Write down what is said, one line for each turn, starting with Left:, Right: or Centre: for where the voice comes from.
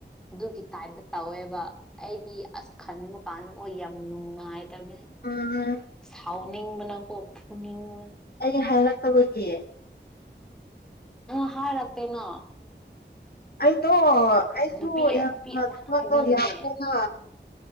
Centre: ꯑꯗꯨꯒꯤ ꯇꯥꯏꯞꯇ ꯇꯧꯋꯦꯕ ꯑꯩꯗꯤ ꯑꯁ ꯈꯟꯕ ꯀꯥꯟꯗ ꯑꯣꯏ ꯌꯥꯝ ꯅꯨꯡꯉꯥꯏꯇꯝꯅꯦ
Left: ꯎꯝ
Centre: ꯁꯥꯎꯅꯤꯡꯕꯅꯀꯣ ꯐꯨꯅꯤꯡꯕꯅ
Left: ꯑꯩ ꯍꯥꯏꯔꯛꯇꯕꯒꯤ
Centre: ꯎꯝ ꯍꯥꯏꯔꯛꯇꯦꯅꯥ
Left: ꯑꯩꯗꯣ ꯑꯩꯗꯣ
Centre: ꯅꯨꯄꯤ
Left: ꯌꯥꯝꯅ
Centre: ꯅꯨꯄꯤ ꯑꯃꯅ
Left: ꯊꯕꯛꯇꯣ
Centre: ꯍꯥꯏꯕꯤꯕꯅꯦ
Left: ꯌꯥꯝꯃ‌ꯦꯅ